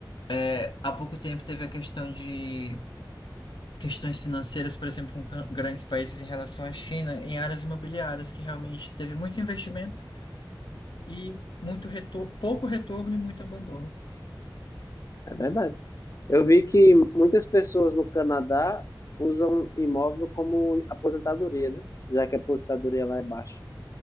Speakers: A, on the left; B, on the left.
A: é, há pouco tempo teve a questão de questões financeiras, por exemplo, com can- grandes países em relação à China, em áreas imobiliárias, que realmente teve muito investimento e muito retor pouco retorno e muito abandono.
B: É verdade. Eu vi que muitas pessoas no Canadá usam imóvel como aposentadoria, né? Já que a aposentadoria lá é baixa.